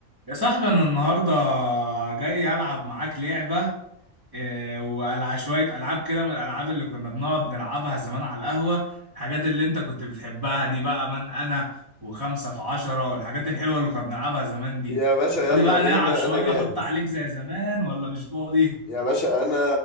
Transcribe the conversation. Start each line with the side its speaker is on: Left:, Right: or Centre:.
Right: يا صاحبي انا النهارده جاي العب معاك لعبه إيه، والعب شويه العاب كده من الالعاب اللي كنا بنقعد نلعبها زمان على القهوه الحاجات اللي انت كنت بتحبها دي بقى من انا وخمسة في عشرة والحاجات الحلوه اللي كنا بنلعبها زمان دي
Left: يا باشا يلا
Right: فاضي بقى
Left: بينا
Right: نلعب شويه
Left: انا جاهز
Right: احط عليك زي زمان ولا مش فاضي
Left: يا باشا انا